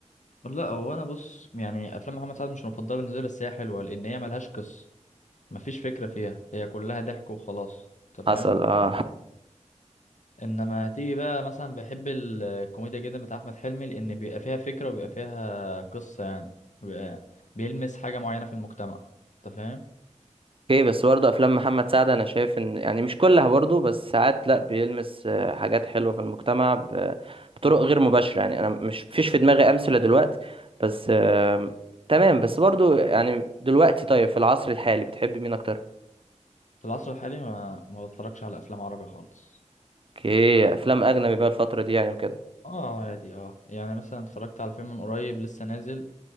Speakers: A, on the left (about 75°); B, on the right (about 45°).
A: لا هو انا بص يعني افلام محمد سعد مش المفضله بالنسبه لي بس هي حلوه لان هي ملهاش قصه مفيش فكره فيها هي كلها ضحك وخلاص انت
B: حصل
A: فاهم
B: اه
A: انما هتيجي بقى مثلا بحب الكوميديا جدا بتاع احمد حلمي لان بيبقى فيها فكره وبيبقى فيها قصه يعني بيبقى بيلمس حاجه معينه في المجتمع انت فاهم
B: اوكي بس برضه افلام محمد سعد انا شايف ان يعني مش كلها برضه بس ساعات لا بيلمس آه، حاجات حلوه في المجتمع ب- بطرق غير مباشره يعني انا مش فيش في دماغي امثله دلوقتي بس آه، تمام بس برضه يعني دلوقتي طيب في العصر الحالي بتحب مين اكتر
A: في العصر الحالي ما ما بتفرجش على افلام عربي خالص
B: اوكي افلام اجنبي بقى الفتره دي يعني وكده
A: اه عادي اه يعني مثلا اتفرجت على فيلم من قريب لسه نازل